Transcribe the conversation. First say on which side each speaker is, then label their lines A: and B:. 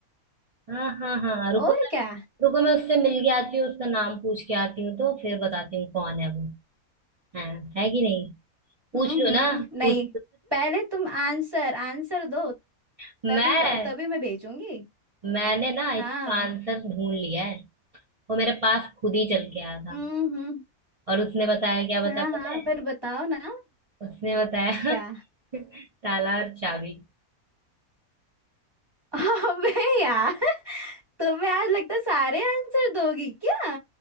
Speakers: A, on the right; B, on the right.
A: हाँ हाँ हाँ रुको
B: और
A: मैं
B: क्या
A: रुको मैं उससे मिल के आती हूँ उसका नाम पूछ के आती हूँ तो फिर बताती हूँ कौन है वो है है कि नहीं पूछ
B: हम्म
A: लो
B: हम्म
A: ना
B: नहीं
A: पूछ
B: पहले तुम आंसर आंसर दो
A: <laughs>
B: तभी
A: मैं
B: जा- तभी मैं भेजूंगी
A: मैंने ना इसका
B: हाँ
A: आंसर ढूंढ लिया है वो मेरे पास खुद ही चल के आया था
B: हम्म हम्म
A: और उसने बताया क्या बताया
B: हाँ
A: पता
B: हाँ
A: है
B: फिर बताओ ना
A: उसने बताया
B: क्या
A: <laughs> ताला और चाबी
B: <laughs> अबे यार तुम्हें आज लगता है सारे आंसर दोगी क्या